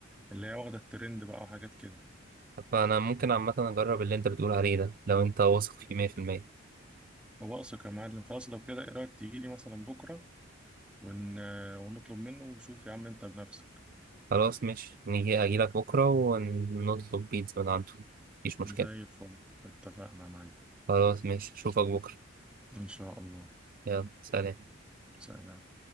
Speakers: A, in the centre; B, on the right (about 45°).
A: اللي هي واخدة الترند بقى وحاجات كده
B: فأنا ممكن عامة أجرب اللي أنت بتقول عليه ده لو أنت واثق فيه 100%
A: هو اثق يا معلم خلاص لو كده ايه رايك تيجي لي مثلا بكرة ون... ونطلب منه وشوف يا عم انت بنفسك
B: خلاص ماشي نيجي أجيلك بكرة ونطلب بيتزا من عنده مفيش مشكلة
A: زي الفل اتفقنا يا معلم
B: خلاص ماشي اشوفك بكرة
A: إن شاء الله
B: يلا سلام
A: سلام